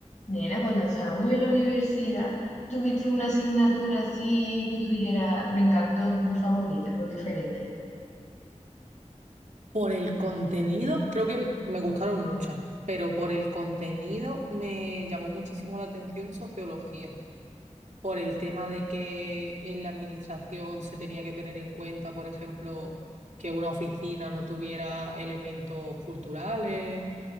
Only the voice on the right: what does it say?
Por el contenido, creo que me gustaron muchas, pero por el contenido me llamó muchísimo la atención sociología, por el tema de que en la administración se tenía que tener en cuenta, por ejemplo, que una oficina no tuviera elementos culturales